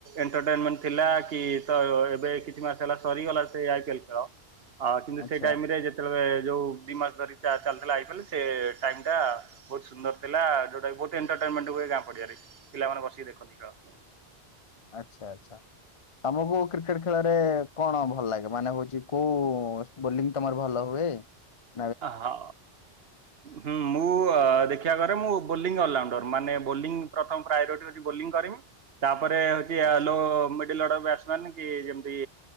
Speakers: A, on the right; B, on the left.
A: ଏଣ୍ଟରଟେନମେଣ୍ଟ ଥିଲା କି ତ ଏବେ କିଛି ମାସ ହେଲା ସରିଗଲା ସେ ଆଇ ପି ଏଲ ଖେଳ। ହଁ କିନ୍ତୁ
B: ଆଚ୍ଛା
A: ସେଇ ଟାଇମରେ ଯେତେବେଳେ ଯୋଉ ଦୁଇ ମାସ ଧରି ଚାଲିଥିଲା ଆଇପିଏଲ ସେ ଟାଇମ୍ ଟା ବହୁତ ସୁନ୍ଦର ଥିଲା ଯୋଉଟା ବହୁତ ଏଣ୍ଟରଟେନମେଣ୍ଟ ହୁଏ ଗାଁ ପଡିଆରେ ପିଲାମାନେ ବସିକି ଦେଖନ୍ତି ଖେଳ।
B: ଆଚ୍ଛା ଆଛା। ତମକୁ କ୍ରିକେଟ ଖେଳରେ କଣ ଭଲ ଲାଗେ ମାନେ ହଉଚ଼ି ବୋଲିଂ ତୁମର ଭଲ ହୁଏ? ହଁ, <unintelligible>
A: ହଁ। ହୁଁ ମୁଁ ଦେଖିବା କରେ ମୁଁ ବୋଲିଂ ଅଲରାଉଣ୍ଡର ମାନେ ବୋଲିଂ ପ୍ରଥମ ପ୍ରାୟୋରିଟି ତାପରେ ହଉଛି
B: ଆଚ୍ଛା
A: ମିଡ଼ଲଅର୍ଡ଼ର ବ୍ୟାଟ୍ସମ୍ୟାନ। କି ଯେମିତି